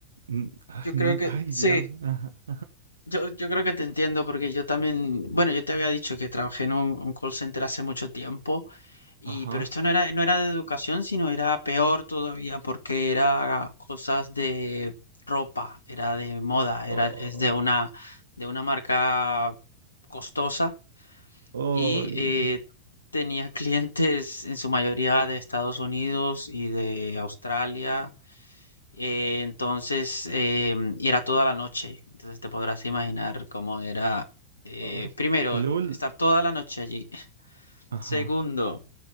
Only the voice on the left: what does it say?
Yo creo
que
sí,
yo, yo creo que te entiendo porque yo también, bueno, yo te había dicho que trabajé en un, un call center hace mucho tiempo y
pero esto no era no era de educación, sino era peor todavía porque era cosas de ropa, era de moda,
era es de una de una marca costosa
y eh,
tenía <laughs> clientes en su mayoría de Estados Unidos y de Australia Eh, entonces, em, y era toda la noche. Entonces te podrás imaginar cómo era, eh,
primero,
estar toda la noche allí. <laughs>
Segundo,